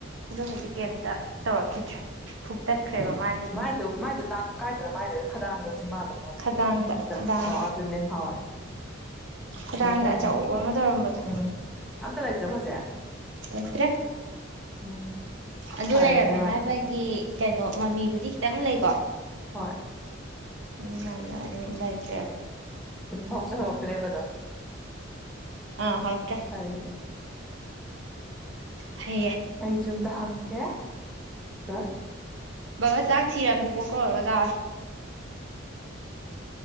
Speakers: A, on the right; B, in the centre.
A: ꯑꯗꯣ ꯍꯧꯖꯤꯛ ꯀꯩꯝꯇ ꯇꯧꯔꯛꯈꯤꯗ꯭ꯔꯦ ꯐꯨꯛꯇꯠꯈ꯭ꯔꯦꯕ ꯃꯥꯥꯏ
B: ꯃꯥꯏꯗꯣ ꯃꯥꯏꯗꯨ ꯅꯥꯠ ꯀꯥꯏꯗꯅ ꯃꯥꯥꯏꯗꯨꯅ ꯈꯗꯥꯡꯗꯥꯔ ꯆꯤꯟꯕꯥꯜꯗꯔꯣ ꯃꯥꯏꯗꯨꯕꯨ
A: ꯈꯗꯥꯡꯗ
B: ꯃꯤꯠꯇꯔꯥ
A: ꯈꯗꯥꯡ
B: ꯑꯣ ꯑꯗꯨꯅꯦ ꯉꯍꯥꯋꯥꯏ
A: ꯈꯗꯥꯡꯗ
B: ꯂꯧꯊꯣꯛꯈꯤꯝꯅꯦ
A: ꯑꯆꯧꯕ ꯑꯃ ꯇꯧꯔꯝꯕꯗꯣ
B: ꯎꯝ ꯑꯝꯇ ꯂꯩꯇ꯭ꯔꯕ ꯍꯧꯖꯤꯛ
A: ꯂꯩꯇ꯭ꯔꯦ
B: ꯎꯝ
A: ꯑꯗꯨ
B: ꯐꯔꯦꯅꯦ
A: ꯂꯩꯔꯝꯃꯦ
B: ꯃꯥꯗꯤ
A: ꯍꯥꯏꯕꯒꯤ ꯀꯩꯅꯣ ꯃꯃꯤꯕꯨꯗꯤ ꯈꯤꯇꯪ ꯂꯩꯀꯣ
B: ꯍꯣꯏ
A: <unintelligible> ꯑꯗꯨ ꯂꯩꯇ꯭ꯔꯦꯕ
B: ꯑꯗꯨꯝ ꯍꯧꯖꯨ ꯍꯧꯔꯠꯇ꯭ꯔꯦꯕ ꯑꯗꯣ
A: ꯑ ꯍꯧꯔꯛꯇ꯭ꯔꯦ
B: <unintelligible>
A: ꯍꯩꯌꯦ
B: ꯑꯩꯖꯨ ꯑꯝꯇ ꯍꯪꯒꯦ ꯑꯗꯨꯒ
A: ꯕꯥꯕꯥ ꯆꯥꯛ ꯊꯤꯔꯝ ꯕꯨꯕꯣꯛ ꯀꯧꯔꯒ ꯆꯥꯔꯣ